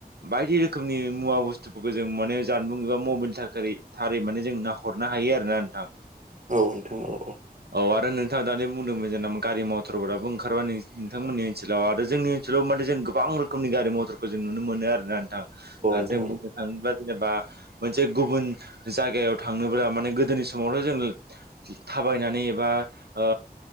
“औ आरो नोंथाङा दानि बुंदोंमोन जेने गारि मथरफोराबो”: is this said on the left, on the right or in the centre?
Right